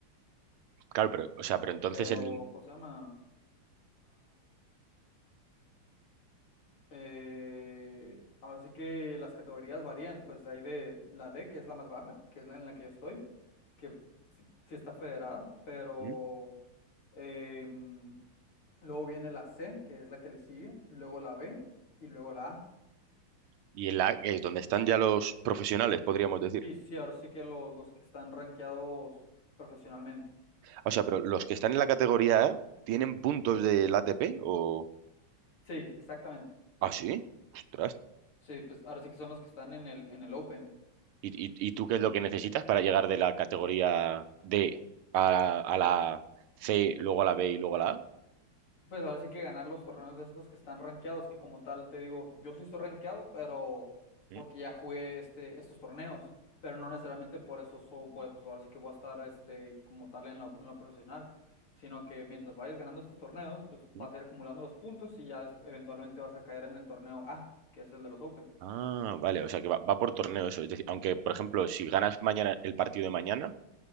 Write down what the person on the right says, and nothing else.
Claro, pero, o sea, pero entonces
el...
¿Mm?
Y en la, que es donde están ya los profesionales, podríamos decir.
O sea, pero los que están en la categoría A tienen puntos del ATP o...
Ah, sí. Ostras.
¿Y, y- y tú qué es lo que necesitas para llegar de la categoría D a la, a la C, luego a la B y luego a la A?
Mm,
mm.
Ah, vale, o sea que va, va por torneo eso. Es decir, aunque, por ejemplo, si ganas mañana el partido de mañana,